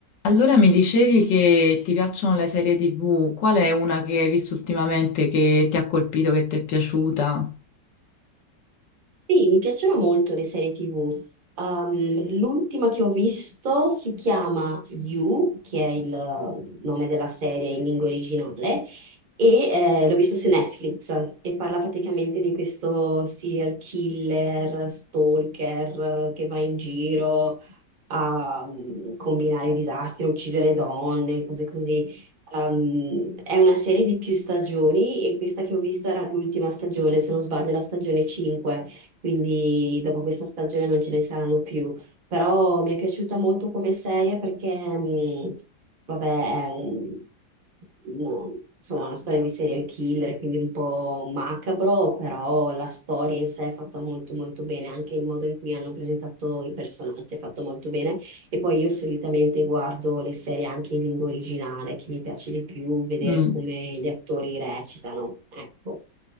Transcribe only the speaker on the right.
Sì, mi piacciono molto le serie TV. Um, l'ultima che ho visto si chiama You, che è il nome della serie in lingua originale, e eh, l'ho visto su Netflix e parla praticamente di questo serial killer, stalker eh, che va in giro a mm, combinare disastri, a uccidere donne, cose così. Um, è una serie di più stagioni e questa che ho visto era l'ultima stagione, se non sbaglio, la stagione 5, quindi dopo questa stagione non ce ne saranno più. Però mi è piaciuta molto come serie perché mm, Vabbè, è un- no, insomma, una storia di serial killer, quindi un po' macabro, però la storia in sé è fatta molto molto bene, anche il modo in cui hanno presentato i personaggi è fatto molto bene. E poi io solitamente guardo le serie anche in lingua originale, che mi piace di più vedere
come gli attori recitano, ecco.